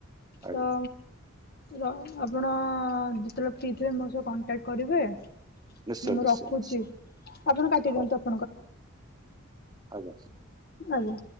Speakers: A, on the right; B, on the left.
A: ଆଜ୍ଞା
B: ତ ର ଆପ୍ ଆପଣ ଯେତେବେଳେ ଫ୍ରି ଥିବେ ମୋ ସହ କଣ୍ଟାକ୍ଟ କରିବେ।
A: ନିଶ୍ଚୟ
B: ମୁ ମୁଁ
A: ନିଶ୍ଚୟ
B: ରଖୁଚି
A: ନିଶ୍ଚୟ
B: ଆପଣ କାଟିଦିଅନ୍ତୁ
A: ହଉ
B: ଆ
A: ଆଜ୍ଞା।
B: ଆଜ୍ଞା।